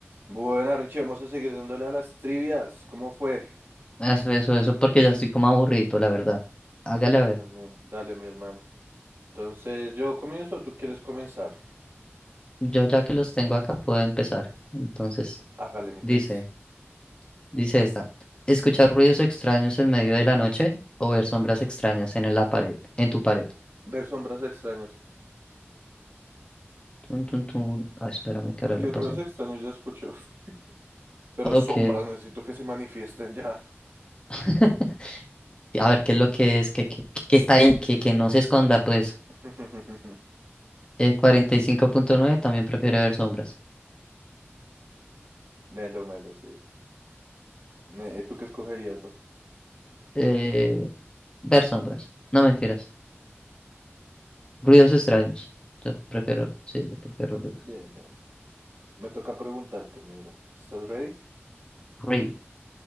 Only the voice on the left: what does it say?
Eso, eso, eso, porque ya estoy como aburrido, la verdad. Hágale
a ver.
Yo ya que los tengo acá puedo empezar. Entonces,
dice,
dice esta. Escuchar ruidos extraños en medio de la noche o ver sombras extrañas en la pared, en tu pared.
Tun, tun, tun. Ay, espérame que
ahora lo pasé.
Ok.
<laughs> A ver qué es lo que es, que, que, que- que está ahí, que, que no se esconda, pues.
Eh, cuarenta y cinco punto nueve también prefiere ver sombras.
Eh, ver sombras. No mentiras. Ruidos extraños. Yo prefiero, sí, yo prefiero ruidos.
Ruido.